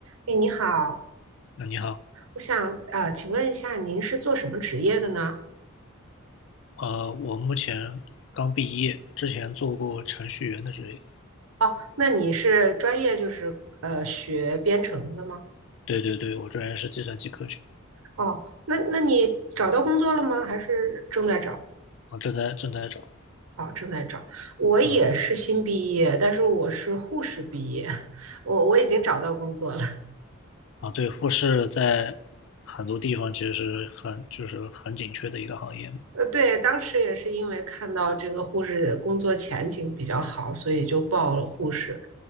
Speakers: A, on the right (about 75°); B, on the left (about 60°).
A: 哎，你好，
B: 那你好，
A: 我想啊，请问一下，您是做什么职业的呢？
B: 呃，我目前刚毕业，之前做过程序员的职业。
A: 哦，那你是专业就是呃学编程的吗？
B: 对对对，我专业是计算机科学，
A: 哦，那那你找到工作了吗？还是正在找？
B: 啊，正在正在找，
A: 哦，正在找。我也是新毕业，
B: 啊
A: 但是我是护士毕业，<laughs> 我我已经找到工作了。
B: 啊，对，护士在很多地方其实是很就是很紧缺的一个行业。
A: 呃，对，当时也是因为看到这个护士工作前景比较好，所以就报了护士。